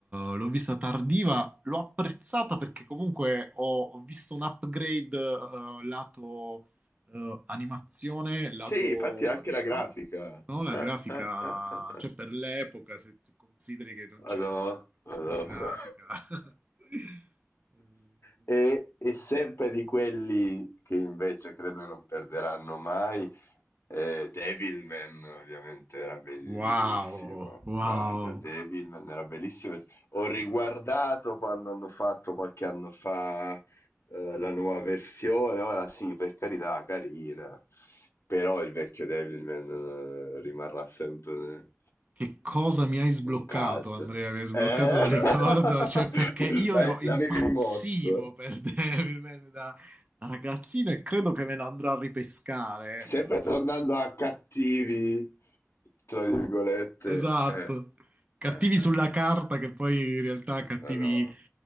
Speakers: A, on the right; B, on the left.
A: eh, l'ho vista tardiva, l'ho apprezzata perché comunque ho, ho visto un upgrade eh, lato eh, animazione, lato...
B: Sì, infatti anche la grafica.
A: No? No, la
B: Ah,
A: grafica,
B: ah, ah, ah, ah.
A: cioè per l'epoca, se, se consideri che non
B: Madò,
A: c'era tutta
B: madò.
A: la grafica.
B: <laughs>
A: <laughs> Eh,
B: E, e sempre di quelli che invece credo non perderanno mai, eh, Devilman ovviamente era bellissimo.
A: Wow, wow.
B: Guarda, Devilman era bellissimo. Ho riguardato quando hanno fatto qualche anno fa eh, la nuova versione. Ora sì, per carità, carina. Però il vecchio Devilman eh, rimarrà sempre eh,
A: Che cosa mi hai sbloccato,
B: un cult.
A: Andrea? Mi hai sbloccato
B: Eh?
A: un ricordo,
B: <laughs>
A: cioè perché io
B: L'hai-
A: ero impazzivo
B: L'avevi rimosso?
A: per <laughs> Devilman da, da ragazzino e credo che me lo andrò a ripescare. eh, me
B: Sempre
A: lo andrò
B: tornando
A: a ri-
B: a cattivi, tra virgolette.
A: Esatto,
B: Eh, eh,
A: cattivi
B: eh, eh.
A: sulla carta che poi in realtà cattivi
B: Madonna.